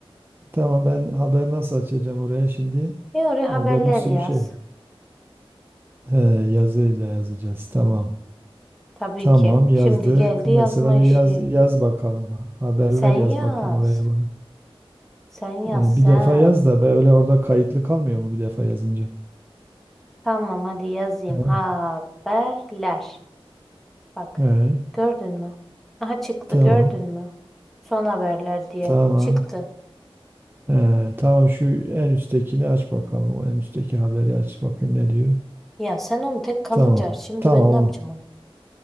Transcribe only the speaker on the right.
Tamam ben haber nasıl açacağım oraya şimdi?
Orada
bir sürü
şey. He, yazıyla yazacağız. Tamam.
Tamam
yazdık.
Mesela
bir yaz yaz bakalım. Haberler
yaz
bakayım oraya bana.
Ee,
bir defa yaz da be öyle orada kayıtlı kalmıyor mu bir defa yazınca?
He,
he.
Tamam.
Tamam.
Ee, tamam şu en üsttekini aç bakalım. O en üstteki haberi aç bakayım ne diyor.
Tamam.
Tamam
onu.